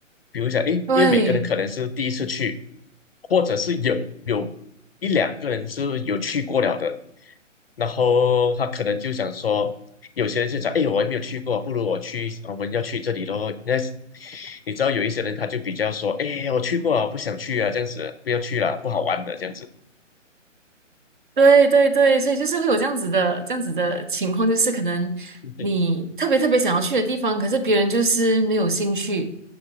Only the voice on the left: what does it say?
比如讲，哎，
因为每个人可能是第一次去，或者是有有一两个人是有去过了的，然后他可能就想说。有些人就讲，哎，我还没有去过，不如我去，我们要去这里咯。那你知道有一些人他就比较说，哎，我去过啊，不想去啊，这样子不要去了，不好玩的这样子。
<laughs>